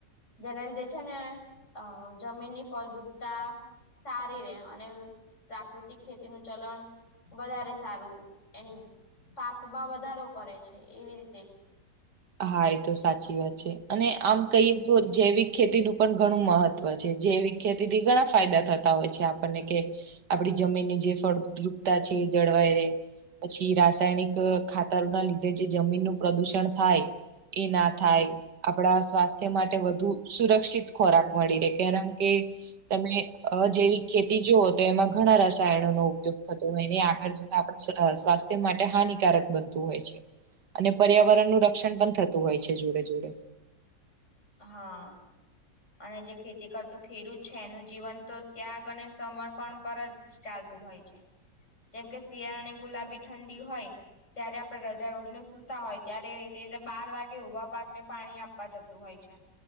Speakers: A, on the left; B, on the right.
A: જેને લીધે છે ને અ જમીન ની ફળદ્રુપતા સારી રે અને પ્રાકૃતિક ખેતીનું ચલણ વધારે સારું એની પાકમાં વધારો કરે છે. એવી રીતે
B: હા એ તો સાચી વાત છે. અને આમ કહીએ તો જૈવિક ખેતી નું પણ ઘણું મહત્વ છે. જૈવિક ખેતી થી ઘણા ફાયદા થતા હોય છે. આપણને કે આપડી જમીનની જે ફળદ્રુપતા છે એ જળવાઈ રહેે. પછી રાસાયણિક ખાતરો ના લીધે જે જમીનનું પ્રદુષણ થાય. એ ના થાય આપણા સ્વાસ્થ્ય માટે વધુ સુરક્ષિત ખોરાક મળી રહે કારણકે તમે અ જેવી ખેતી જુઓ તો એમાં ઘણા રસાયણો નો ઉપયોગ થતો હોયને આગળ આપડે સ્વાસ્થ્ય માટે હાનિકારક બનતું હોય છે. અને પર્યાવરણનું રક્ષણ પણ થતું હોય છે જોડે જોડે
A: હા અને જે ખેતી કરતો ખેડૂત છે એનું જીવન તો ત્યાગ અને સમર્પણ પર ચાલતું હોય છે. જેમ કે શિયાળાની ગુલાબી ઠંડી હોય ત્યારે આપડણે રજાય ઓઢીને સૂતા હોય ત્યારે ર બાર વાગે ઉભા પાકને પાણી આપવા જતા તુ હોય છે